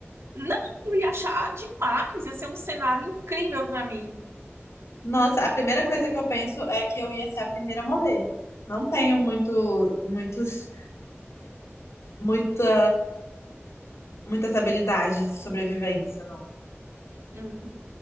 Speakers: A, on the right; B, on the left.
A: Não, eu ia achar demais, ia ser um cenário incrível pra mim.
B: Nossa, a primeira coisa que eu penso é que eu ia ser a primeira a morrer. Não tenho muito, muitos, muita, muitas habilidades de sobrevivência, não.
A: Hum,